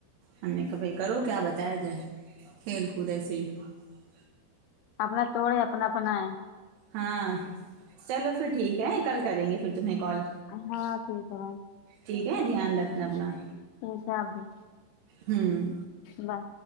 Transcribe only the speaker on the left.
اپنا توڑے اپنا اپنا ہے
ہاں صحیح کہا
اچھا
جیسا ابھی
بائے